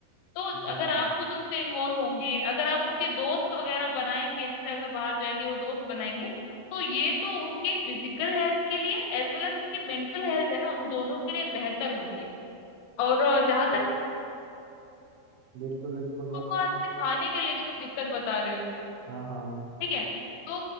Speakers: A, on the left (about 85°); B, on the right (about 80°).
A: तो
B: हाँ
A: अगर आप खुद उनसे इन्वॉल्व होंगे अगर आप उनके दोस्त वगैरह बनाएंगे जैसे अगर बाहर जाएंगे वो दोस्त बनाएंगे तो ये तो उनके फिजिकल हेल्थ के लिए एज वेल एज उसकी मेंटल हेल्थ है ना उन दोनों के लिए बेहतर होगी और अ, जहाँ तक
B: बिल्कुल बिल्कुल मतलब
A: आपको जैसे खाने के लेके तुम दिक्कत बता रहे हो
B: हाँ हाँ
A: ठीक है तो